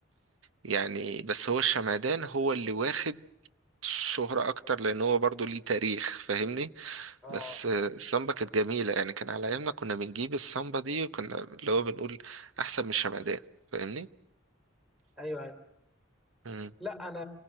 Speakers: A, on the right; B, in the centre.
A: يعني بس هو الشمعدان هو اللي واخد شهرة اكتر لان هو برضو ليه تاريخ فاهمني
B: آه.
A: بس السامبا كانت جميلة يعني كان على أيامنا كنا بنجيب السامبا دي وكنا اللي هو بنقول أحسن من الشمعدان فاهمني؟
B: ايوه ايوه
A: مم.
B: لا انا